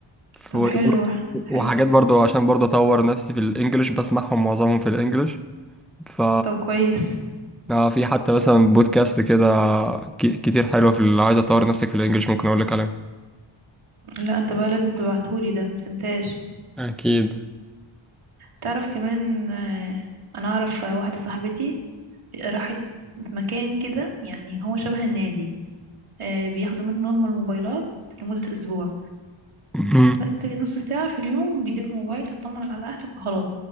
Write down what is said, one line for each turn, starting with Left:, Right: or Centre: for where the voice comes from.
Centre: ف-
Right: طب حلو
Centre: وحاجات
Right: حلو
Centre: برضه عشان برضه اطور نفسي في الانجليش بسمعهم معظمهم في الانجليش ف
Right: طب كويس
Centre: آه، في حتى مثلا بودكاست كده ك- كتير حلوة في اللي عايز اطور نفسك في الانجليش ممكن اقول لك عليها
Right: لا انت بقى لازم تبعتهولي ده متنساش
Centre: اكيد
Right: تعرف كمان آه، انا اعرف واحدة صاحبتي راحت مكان كده يعني هو شبه النادي آه، بياخدوا منهم الموبايلات لمدة اسبوع
Centre: مهم.
Right: بس نص ساعة في اليوم بيديك الموبايل تطمن على أهلك وخلاص